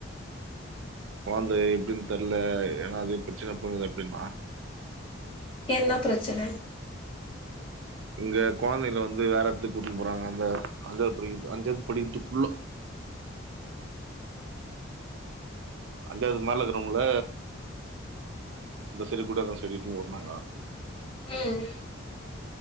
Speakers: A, on the right; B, on the left.
A: கொழந்த எப்டினு தெரல ஏன்னா அது பிரச்சன பண்ணுது அப்டின்னா
B: என்ன பிரச்சன
A: இங்க குழந்தைல வந்து வேற எடத்துக்கு கூட்டிட்டு போறாங்க அந்த அஞ்சாது படிக்க அஞ்சாது படிக்கிற புள்ள அஞ்சாது மேல இருக்கிறவங்கள இந்த சைடு கூட்டி அந்த சைடு இழுத்துன்னு போனாங்க
B: ம்ம்